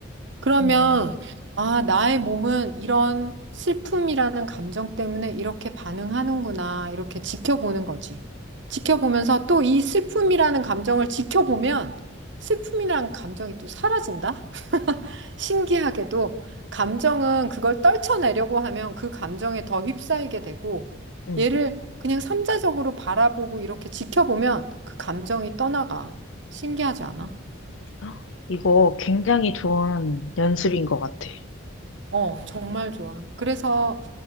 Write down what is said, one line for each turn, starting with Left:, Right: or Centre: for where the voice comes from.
Right: 그러면,
Left: 음,
Right: 아, 나의 몸은 이런 슬픔이라는 감정 때문에 이렇게 반응하는구나, 이렇게 지켜보는 거지. 지켜보면서 또 이 슬픔이라는 감정을 지켜보면 슬픔이라는 감정이 또 사라진다? 신기하게도 감정은 그걸 떨쳐내려고 하면 그 감정에 더 휩싸이게 되고
Left: 응.
Right: 얘를 그냥 삼자적으로 바라보고 이렇게 지켜보면 그 감정이 떠나가. 신기하지 않아?
Left: 헉, 이거 굉장히 좋은 연습인 것 같아.
Right: 어, 정말 좋아. 그래서